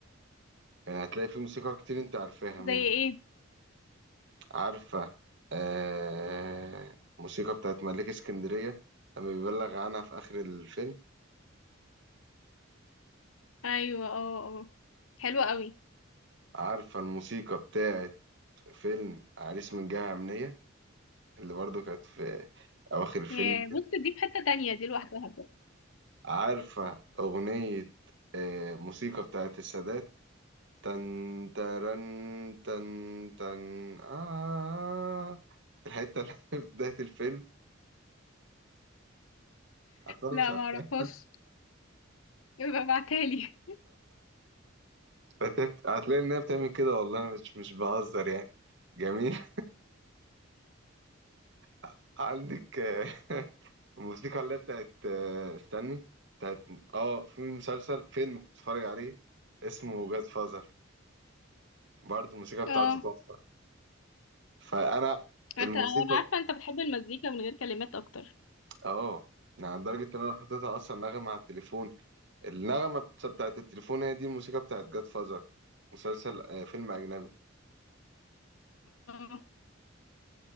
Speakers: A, on the right; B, on the left.
A: يعني هتلاقي في موسيقى كتير انت عارفاها
B: زي
A: منهم
B: ايه
A: عارفة آه موسيقى بتاعت ملاك اسكندرية لما بيبلغ عنها في اخر الفيلم
B: ايوه اه اه حلوة قوي
A: عارفة الموسيقى بتاعت فيلم عريس من جهة أمنية اللي برضو كانت في أواخر الفيلم
B: يا بص دي في حتة تانية دي لوحدها بقى.
A: عارفة أغنية آه، موسيقى بتاعت السادات تن ترن تن تن آه الحتة اللي في بداية الفيلم عارفها
B: لا
A: مش عارفها
B: معرفهاش يبقى ابعتهالي
A: فتبت... هتلاقي إنها بتعمل كده والله أنا مش مش بهزر يعني جميل <laughs> عندك آه، <laughs> الموسيقى اللي هي بتاعت آه، استني بتاعت آه في مسلسل فيلم كنت بتفرج عليه اسمه جاد فازر برضه الموسيقى
B: <laughs>
A: بتاعته
B: اه
A: تحفة فأنا
B: انت
A: الموسيقى
B: انا عارفة انت بتحب المزيكا من غير كلمات اكتر
A: اه يعني لدرجة إن أنا حطيتها أصلا نغمة على التليفون النغمة بت- بتاعت التليفون هي دي الموسيقى بتاعت جاد فازر مسلسل آه فيلم أجنبي
B: اه